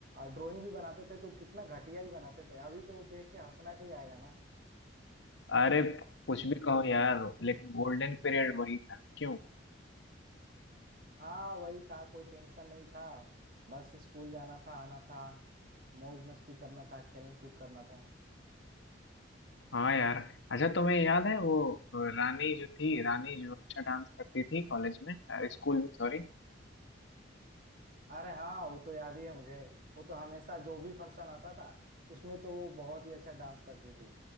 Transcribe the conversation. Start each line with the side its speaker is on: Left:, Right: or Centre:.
Right: ड्राइंग भी बनाते थे तो कितना घटिया ही बनाते थे अभी तो वो देख के हंसना ही आएगा ना
Left: अरे कुछ भी कहो यार लेकिन गोल्डन पीरियड वही था क्यों
Right: हाँ वही था कोई टेंशन नहीं था बस स्कूल जाना था आना था मौज मस्ती करना था खेल कूद करना था
Left: हाँ यार अच्छा तुम्हें याद है वो अ, रानी जो थी रानी जो अच्छा डांस करती थी कॉलेज में अ, स्कूल में सॉरी
Right: अरे हाँ वो तो याद ही है मुझे वो तो हमेशा जो भी फंक्शन आता था उसमें तो वो बहुत ही अच्छा डांस करती थी